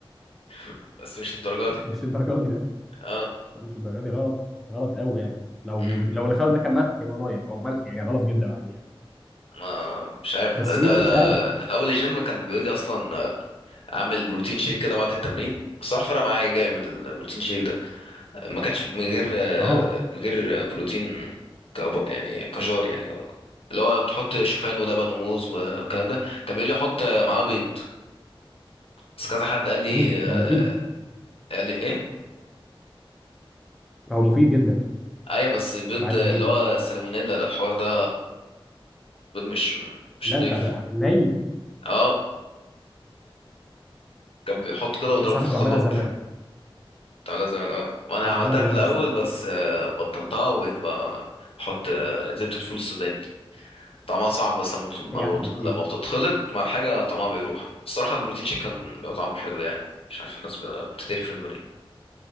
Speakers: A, on the left; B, in the centre.
A: <laughs> بس مش للدرجه دي
B: مش الدرجات دي
A: اه
B: لا، مش الدرجه دي غلط غلط قوي يعني لو
A: مم.
B: لو اللي خده ده كان ملح يبقى لايف او ملح يعني غلط جدا عليه يعني
A: ما مش عارف
B: بس
A: ده
B: ايه بقى مش عارف
A: في اول الجيم كان بيقول لي اصلا آه، اعمل بروتين شيك كده بعد التمرين الصراحه فرق معايا جامد البروتين شيك ده ما كانش من غير آه،
B: اه
A: من غير بروتين كأب... يعني كجار يعني اللي هو بتحط شوفان ولبن وموز والكلام ده طب قال لي احط معاه بيض بس كذا حد قال لي
B: امم
A: آه،
B: هو مفيد
A: قال لي ايه
B: هو مفيد جدا
A: ايوه بس البيض
B: بعد التمرين
A: اللي هو السالمونيلا ده الحوار ده بيض مش مش
B: لا
A: نضيف
B: انت هت- ني
A: اه كان بيحط كده ويضربه
B: بس انا
A: في الخلاط
B: كنت بعملها زمان
A: بتاع زمان اه وانا
B: كنت
A: عملتها
B: بعملها زمان
A: في الاول
B: الصراحه
A: بس آه، بطلتها وبقيت بقى بحط آه، زبدة فول السوداني طعمها صعب بس لما بت- ما
B: هي احلى
A: بت-
B: بكتير
A: لما بتتخلط مع الحاجة طعمها بيروح الصراحة البروتين شيك كان بيبقى طعمه حلو يعني مش عارف الناس ب- بتتقرف منه ليه